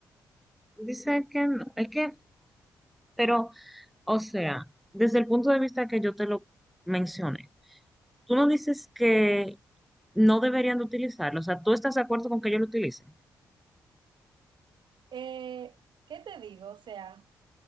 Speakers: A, in the centre; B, on the right.
A: Dice que no, es que, pero, o sea, desde el punto de vista que yo te lo mencioné, tú no dices que no deberían de utilizarlo, o sea, tú estás de acuerdo con que ellos lo utilicen.
B: Eh, ¿qué te digo? O sea,